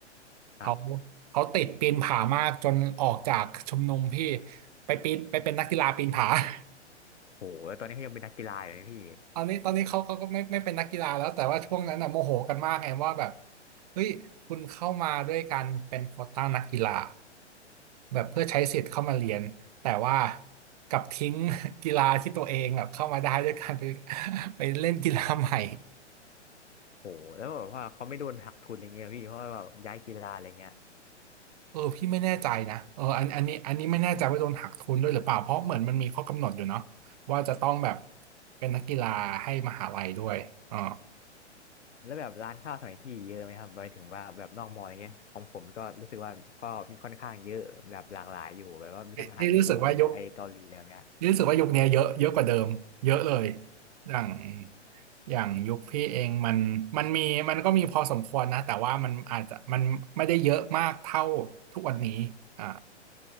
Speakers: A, on the right; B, on the left.
A: เขา
B: ครับ
A: เขาติดปีนผามากจนออกจากชมรมพี่ไปปีนไปเป็นนักกีฬาปีนผา <laughs>
B: โหแล้วตอนนี้เขายังเป็นนักกีฬาอยู่ไหมพี่
A: ตอนนี้ตอนนี้เขาเขาก็ไม่ไม่เป็นนักกีฬาแล้วแต่ว่าช่วงนั้นน่ะโมโหกันมากไงว่าแบบเฮ้ยคุณเข้ามาด้วยการเป็นโควต้านักกีฬาแบบเพื่อใช้สิทธิ์เข้ามาเรียนแต่ว่ากลับทิ้ง <laughs> กีฬาที่ตัวเองแบบเข้ามาได้ด้วยการไปไปเล่นกีฬาใหม่
B: โหแล้วแบบว่าเขาไม่โดนหักทุนอะไรเงี้ยพี่เพราะว่าแบบย้ายกีฬาอะไรเงี้ย
A: เออพี่ไม่แน่ใจนะเอออันอันนี้อันนี้ไม่แน่ใจว่าโดนหักทุนด้วยหรือเปล่าเพราะเหมือนมันมีข้อกำหนดอยู่เนาะว่าจะต้องแบบเป็นนักกีฬาให้มหาลัยด้วยอ๋อ
B: แล้วแบบร้านข้าวสมัยพี่เยอะไหมครับไมถึงว่าแบบนอกมออะไรเงี้ยของผมก็รู้สึกว่าก็มีค่อนข้างเยอะแบบหลากหลายอยู่แบบว่ามีทั้งอาหารญี่ปุ่นไทยเกาหลีแล้วเนี่ย
A: นี่นี่รู้สึกว่ายกนี่รู้สึกว่ายุคเนี้ยเยอะเยอะกว่าเดิมเยอะเลยอย่างอย่างยุคพี่เองมันมันมีมันก็มีพอสมควรนะแต่ว่ามันอาจจะมันไม่ได้เยอะมากเท่าทุกวันนี้อ่า